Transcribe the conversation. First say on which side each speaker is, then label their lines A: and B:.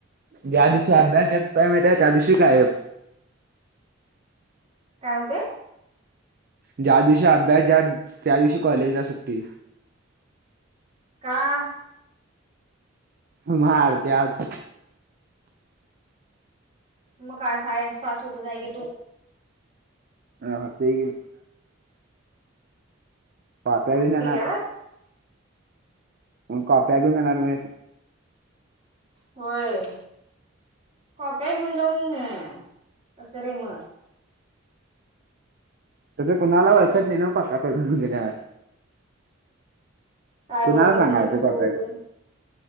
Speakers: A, on the right (about 50°); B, on the right (about 35°).
A: ज्या दिवशी अभ्यास द्यायचा टईमेत. त्या दिवशी गायब.
B: काय होतय.
A: ज्या दिवशी अभ्यास. ज्या त्या दिवशी कॉलेजला सुट्टी.
B: का?
A: मार त्यात.
B: मग काय. सायन्स पास होतच हाय की तू.
A: राहतय की. कॉप्या
B: असं
A: मी णेणार.
B: केल्यावर
A: मग कॉप्या घिउन जाणार म.
B: होय. कॉप्या घेऊन जाऊन. कस रे म.
A: तस कुणाला ळखत नाही ना. कॉप्याकाकडून गेल्या.
B: काय
A: कुणाला
B: ओळखत
A: सांगायच
B: नाही कसं
A: कॉप्या
B: ओळखत
A: घेऊन
B: नाही